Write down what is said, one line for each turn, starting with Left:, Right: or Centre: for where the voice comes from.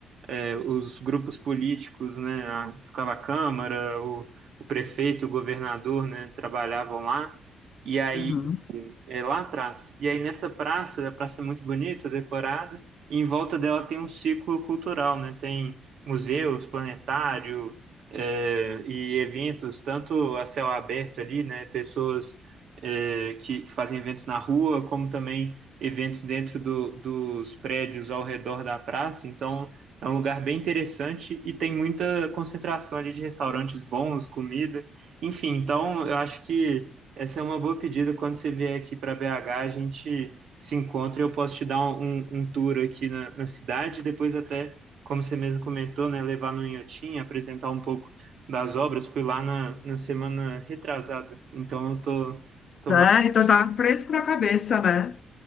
Right: é, os grupos políticos, né, a- ficava a Câmara, o, o prefeito, o governador, né, trabalhavam lá. E aí
Left: uhum.
Right: dele é, lá atrás. E aí nessa praça, a praça é muito bonita, decorada, e em volta dela tem um ciclo cultural, né? Tem museus, planetário, é, e eventos, tanto a céu aberto ali, né? Pessoas é, que, que fazem eventos na rua, como também eventos dentro do- dos prédios ao redor da praça. Então é um lugar bem interessante e tem muita concentração ali de restaurantes bons, comida. Enfim, então eu acho que essa é uma boa pedida. Quando você vier aqui para BH, a gente se encontra. e Eu posso te dar um, um um tour aqui na, na cidade, depois até, como você mesmo comentou, né, levar no Inhotim, apresentar um pouco das obras. Fui lá na, na semana retrasada, então eu tô, tô
Left: Sério,
Right: mais
Left: então tá fresco na cabeça, né?